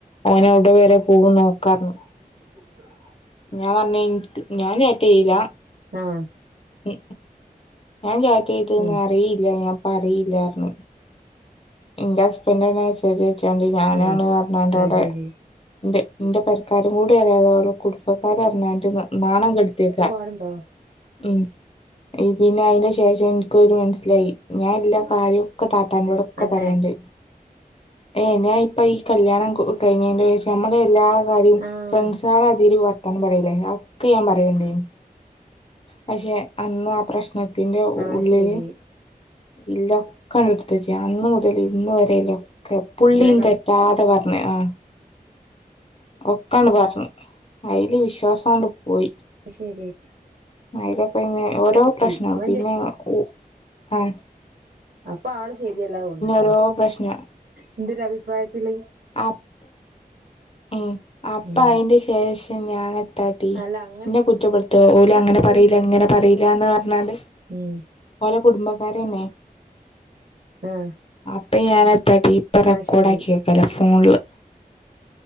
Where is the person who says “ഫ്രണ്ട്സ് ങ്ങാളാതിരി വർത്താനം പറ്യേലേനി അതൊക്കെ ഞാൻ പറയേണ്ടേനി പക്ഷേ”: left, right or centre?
Left